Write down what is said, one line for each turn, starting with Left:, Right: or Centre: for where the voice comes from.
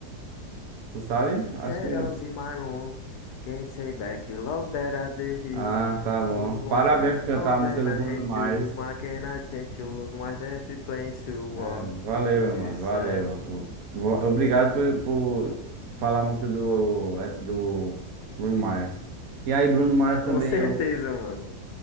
Right: Tu sabe? Acho
Left: Shadows
Right: que.
Left: in my room. Can't say back you love that I did you.
Right: Ah, tá bom.
Left: So you want
Right: Parabéns
Left: to
Right: por cantar
Left: love
Right: a música
Left: and
Right: do
Left: I
Right: Bruno
Left: hate
Right: Mars.
Left: you. If I cannot change you, my dance is playing you war,
Right: É, valeu,
Left: Is
Right: meu
Left: you
Right: mano.
Left: sad?
Right: Valeu. O- Obrigado por, por falar a música do, é, do Bruno Mars. E aí, Bruno Mars também
Left: Com certeza,
Right: eu.
Left: mano.